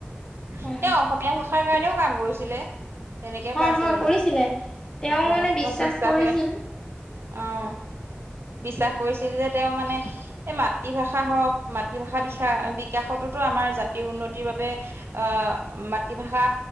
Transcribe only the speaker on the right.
তেওঁ
অসমীয়া ভাষাৰ কাৰণেও কাম কৰিছিলে। তেনেকে
পাইছিলো
অ',
ত বিশ্বাস
অ', বিশ্বাস কৰিছিল যে তেওঁ মানে এই মাতৃভাষা হওক মাতৃভাষা বি বিকাশতোতো আমাৰ জাতিৰ উন্নতিৰ বাবে আহ মাতৃভাষা